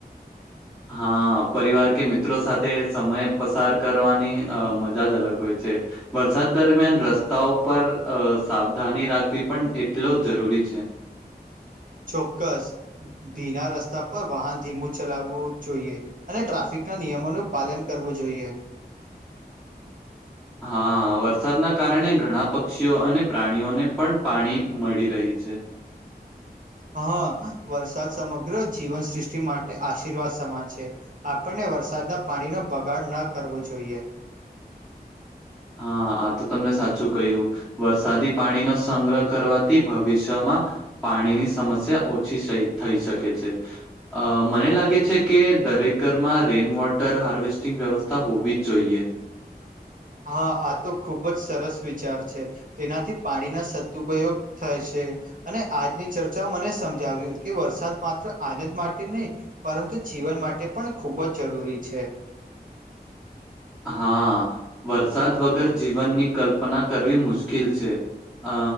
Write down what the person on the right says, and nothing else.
ચોક્કસ ભીના રસ્તા પર વાહન ધીમું ચલાવવું જોઈએ. અને ટ્રાફિકના નિયમોનું પાલન કરવું જોઈએ.
હા વરસાદ સમગ્ર જીવનસૃષ્ટિ માટે આશીર્વાદ સમાન છે આપણને વરસાદના પાણીનો બગાડ ન કરવો જોઈએ.
હા આ તો ખુબ જ સરસ વિચાર છે. તેનાથી પાણીના સદુપયોગ થશે અને આજની ચર્ચા મને સમજાવ્યું કે વરસાદ માત્ર આનંદ માટે નહીં પરંતુ જીવન માટે પણ ખૂબ જ જરૂરી છે.